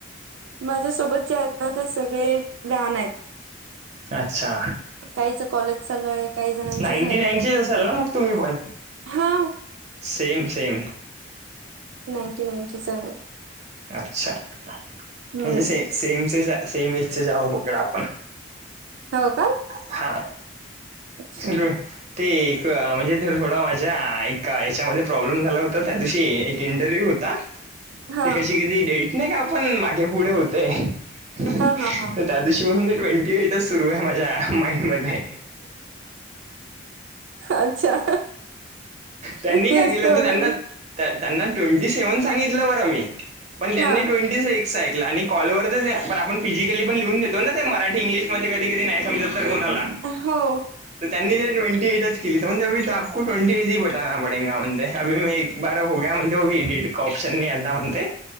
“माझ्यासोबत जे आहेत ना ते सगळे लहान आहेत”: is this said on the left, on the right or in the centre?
Right